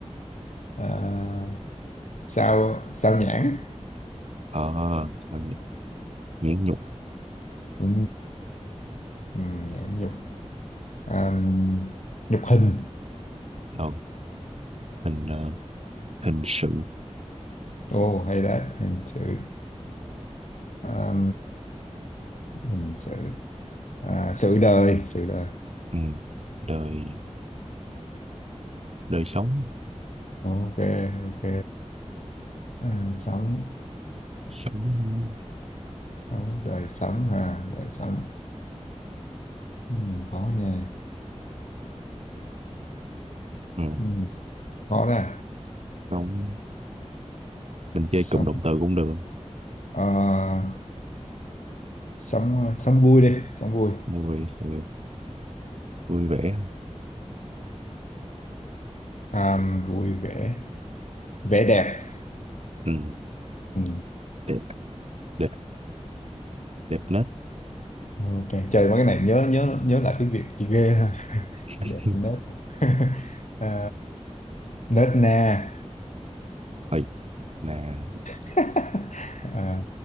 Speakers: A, on the left; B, on the right.
A: À, sao, sao nhãn?
B: ờ à, nhãn nhục
A: Ừ, ừ, nhãn nhục. À, nhục hình.
B: ờ, hình ờ, hình sự
A: ô hay đấy. Hình sự À, hình sự À, sự đời, sự đời.
B: ừ. đời đời sống
A: ok ok à, sống
B: sống
A: sống đời sống hả đời sống ừ, khó nha
B: ừ.
A: ừ, khó đó
B: sống mình chơi
A: sống
B: cụm động từ cũng được
A: ờ, sống sống vui đi sống vui
B: vui vui vui vẻ
A: à, vui vẻ vẻ đẹp
B: ừ.
A: ừ,
B: đẹp đẹp, đẹp nết
A: ok trời mấy cái này nhớ nhớ nhớ lại tiếng Việt chị ghê ha
B: <laughs>
A: đẹp nết <laughs> à, nết na
B: Ôi, nè
A: <laughs> à,